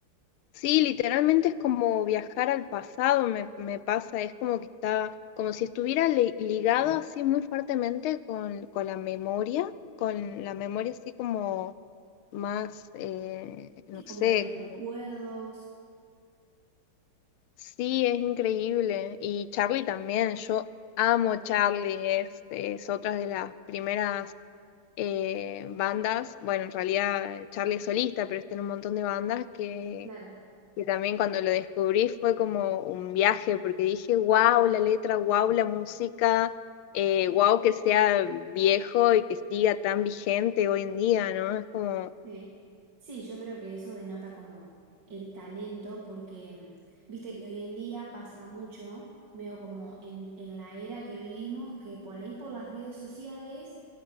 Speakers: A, on the left (about 85°); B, on the right (about 55°).
A: Sí, literalmente es como viajar al pasado, me, me pasa, es como que está, como si estuviera li- ligado así muy fuertemente con, con la memoria, con la memoria así como más, eh, no
B: Sí, como
A: sé,
B: de los
A: como,
B: recuerdos.
A: sí, es increíble. Y Charlie también, yo amo Charlie, es, es otra de las primeras eh, bandas, bueno, en realidad Charlie es solista, pero está en un montón de bandas que
B: Claro.
A: que también cuando lo descubrí fue como un viaje, porque dije, wow, la letra, wow, la música, eh, wow, que sea viejo y que siga tan vigente hoy en día, ¿no? Es como
B: Sí. Sí, yo creo que eso denota como el talento, porque mm, viste que hoy en día pasa mucho, veo como en, en la era que vivimos, que por ahí por las redes sociales